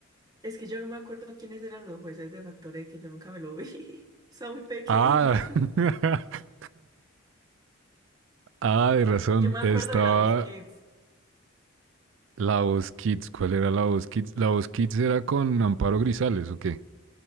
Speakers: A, on the right; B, on the right.
A: Es que yo no me acuerdo quiénes eran los jueces de Factor que yo nunca me lo vi. <laughs> Estaba muy pequeña.
B: Ah, <laughs> Ah, de razón.
A: Yo me acuerdo
B: Estaba
A: de la voz Kids.
B: la voz Kids. ¿Cuál era la voz Kids? La voz Kids era con Amparo Grisales, ¿o qué?